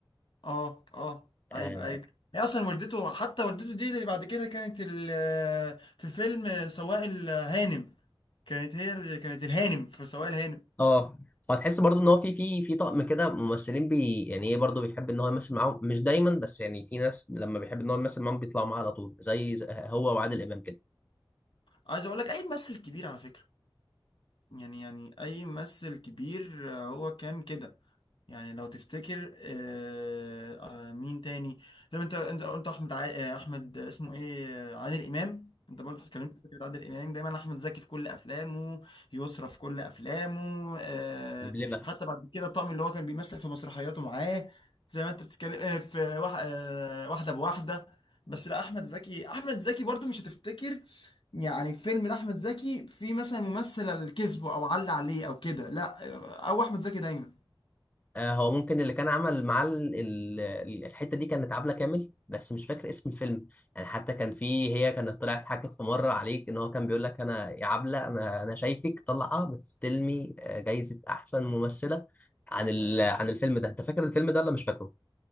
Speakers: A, on the left; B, on the left.
A: اه اه ايوه
B: اه
A: ايوه هي اصلا والدته حتى والدته دي اللي بعد كده كانت ال- في فيلم سواق الهانم كانت هي اللي كانت الهانم في سواق الهانم
B: آه. وهتحس برضو إن هو في في في طقم كده ممثلين بي يعني إيه برضو بيحب إن هو يمثل معاهم مش دايما بس يعني في ناس لما بيحب إن هو يمثل معاهم بيطلعوا معاه على طول زي زي هو وعادل إمام كده
A: عايز اقول لك اي ممثل كبير على فكرة يعني يعني اي ممثل كبير آه، هو كان كده يعني لو تفتكر آه، آه، مين تاني زي ما انت انت قلت احمد ع... آه، احمد آه، اسمه ايه آه، عادل امام انت برضه اتكلمت في فكره عادل امام دايما احمد زكي في كل افلامه يسرا في كل افلامه آه،
B: امم
A: حتى بعد كده الطقم اللي هو كان بيمثل في مسرحياته معاه زي ما انت بتتكلم آه، في وح... آه، واحده بواحده بس لا احمد زكي احمد زكي برضه مش هتفتكر يعني فيلم لاحمد زكي في مثلا ممثل الكذب او علق عليه او كده لا آه، او احمد زكي دايما
B: آه، هو ممكن اللي كان عمل معاه ال- ال- ال- الحته دي كانت عبله كامل بس مش فاكر اسم الفيلم يعني حتى كان في هي كانت طلعت حكت في مره عليك ان هو كان بيقول لك انا يا عبله انا انا شايفك طالعه بتستلمي آه، جايزه احسن ممثله عن ال- عن الفيلم ده انت فاكر الفيلم ده ولا مش فاكره